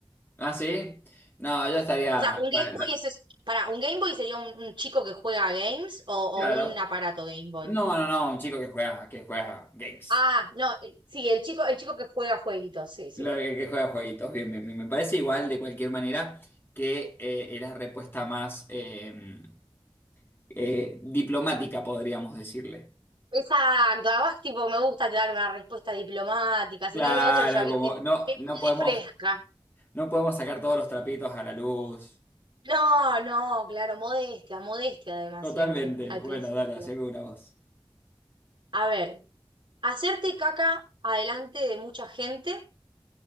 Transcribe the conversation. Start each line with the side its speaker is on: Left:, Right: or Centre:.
Left: ¿Ah, sí? No, yo estaría...
Right: O sea, un Game
Left: 40
Right: Boy es, para, un Game Boy sería un, un chico que juega a games o, o
Left: Claro.
Right: un aparato Game Boy.
Left: No, no, no, un chico que juega, que juega games.
Right: Ah, no, eh, sí, el chico, el chico que juega jueguitos, sí, sí.
Left: Lo que, que juega jueguitos, bien, bien, bien. Me parece igual de cualquier manera que eh, era respuesta más eh, eh, diplomática, podríamos decirle.
Right: Exacto, además tipo me gusta dar una respuesta diplomática, si
Left: Claro,
Right: no lo otro ya viste,
Left: como no,
Right: es
Left: no
Right: muy
Left: podemos,
Right: de fresca.
Left: no podemos sacar todos los trapitos a la luz.
Right: No, no, claro, modestia, modestia además
Left: Totalmente.
Right: siempre, al
Left: Bueno,
Right: principio.
Left: dale, haceme una voz.
Right: A ver, hacerte caca adelante de mucha gente